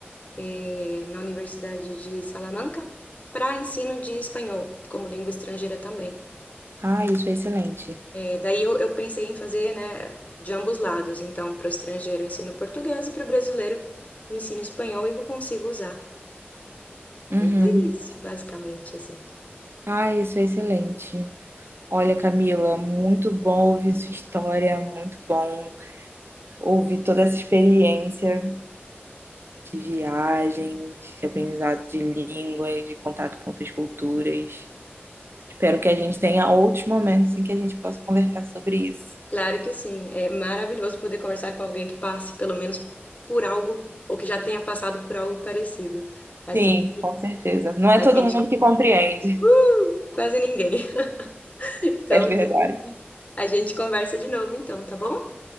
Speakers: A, on the left; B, on the right.
A: eh, na Universidade de Salamanca, para ensino de espanhol, como língua estrangeira também.
B: Ah, isso é excelente.
A: É, Daí eu, eu pensei em fazer, né, de ambos lados. Então, para o estrangeiro eu ensino português e para o brasileiro eu ensino espanhol e que eu consigo usar.
B: Uhum.
A: E foi isso, basicamente, assim.
B: Ah, isso é excelente. Olha, Camila, muito bom ouvir sua história, muito bom ouvir toda essa experiência de viagem de aprendizado de línguas, de contato com outras culturas. Espero que a gente tenha outros momentos em que a gente possa conversar sobre isso.
A: Claro que sim, é maravilhoso poder conversar com alguém que passe pelo menos por algo ou que já tenha passado por algo parecido. Assim,
B: Sim, com certeza. Não é
A: a
B: todo
A: gente
B: mundo que compreende,
A: uh, quase ninguém. <laughs> Então,
B: <laughs> é verdade.
A: a gente, a gente conversa de novo, então, tá bom?